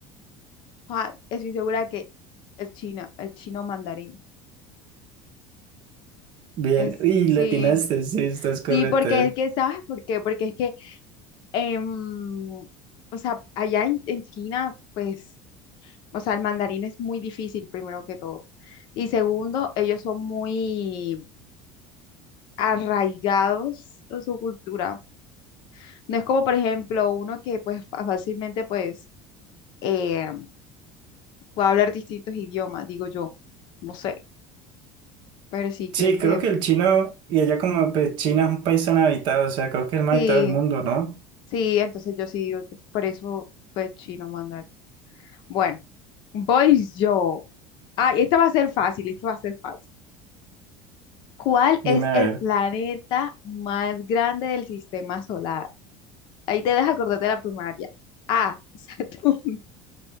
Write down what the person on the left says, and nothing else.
Juan, estoy segura que el chino, el chino mandarín.
Es,
sí,
sí, porque es que, ¿sabes por qué? Porque es que, em, o sea, allá en, en China, pues, o sea, el mandarín es muy difícil, primero que todo. Y segundo, ellos son muy arraigados en su cultura. No es como, por ejemplo, uno que, pues, fa- fácilmente, pues, eh, puede hablar distintos idiomas, digo yo. No sé, pero sí,
creo que
sí.
Sí, entonces yo sí digo que por eso fue chino mandar. Bueno, voy yo. Ah, esta va a ser fácil, esta va a ser fácil. ¿Cuál
es
el
planeta más grande del sistema solar? Ahí te dejas acordar de la primaria. A, Saturno, <laughs>